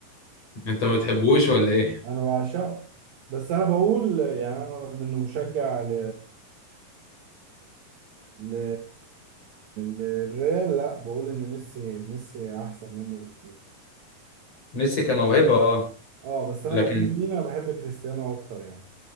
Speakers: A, on the left; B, on the right.
A: انت ما بتحبوش ولا ايه
B: انا بعشقه بس انا بقول يعني انا رغم اني مشجع ل ل للريال لا بقول ان ميسي ميسي احسن منه بكتير
A: ميسي كموهبة اه
B: اه بس انا
A: لكن
B: بحب مين انا بحب كريستيانو اكتر يعني